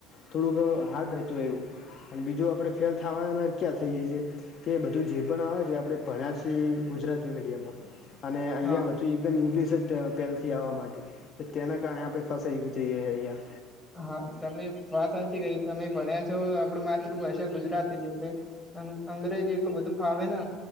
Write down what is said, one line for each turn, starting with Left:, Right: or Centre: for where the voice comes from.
Left: થોડુંક હાર્ડ હતું એવું. અને બીજું, આપડે ફેલ થવાય ક્યાં થઈ જાયી. કે બધું જે પણ આવે છે આપણે ભણ્યા છીએ ગુજરાતી મીડિયમમાં અને અહીંયા
Centre: હા
Left: બધું એકદમ ઇંગ્લિશ જ પહેલેથી આવવા માંડી, તેના કારણે આપણે ફસાઈ જઈએ અહીંયા.
Centre: હા, તમે વાત સાચી કરી. તમે ભણ્યા છો, આપડે માતૃભાષા ગુજરાતી છે એટલે અ, અંગ્રેજ એટલું બધું ફાવે ને.